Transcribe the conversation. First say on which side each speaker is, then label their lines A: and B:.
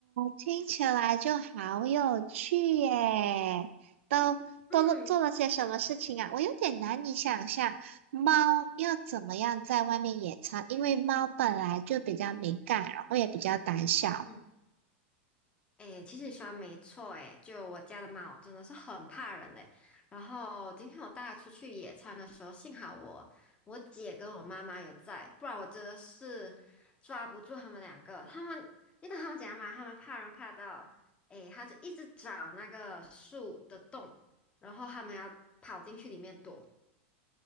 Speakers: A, on the right; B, on the left.
A: 听起来就好有趣耶！都都做了些什么事情啊？
B: 嗯
A: 我有点难以想象，猫要怎么样在外面野餐，因为猫本来就比较敏感，然后也比较胆小。
B: 嗯，哎，其实你说的没错哎，就我家的猫真的是很怕人嘞。然后今天我带它出去野餐的时候，幸好我我姐跟我妈妈有在，不然我真的是抓不住他们两个。他们，你懂他们讲嘛？他们怕人怕到，哎，他就一直找那个树的洞，然后他们要跑进去里面躲，